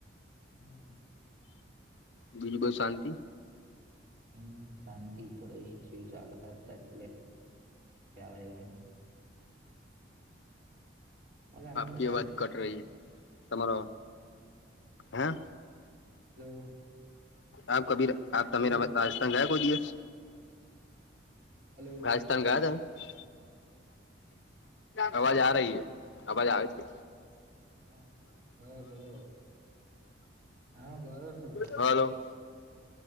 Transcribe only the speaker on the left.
બીજુ બો શાંતિ
આપકી
અવાજ
કટ રહી હે તમારો હે
આપ કભી આપ તમે
રાજસ્થાન ગયા કોઈ દિવસ
રાજસ્થાન ગયા તમે
આવાજ
આ રહી
હ આ વાજ આવે છે.
હલો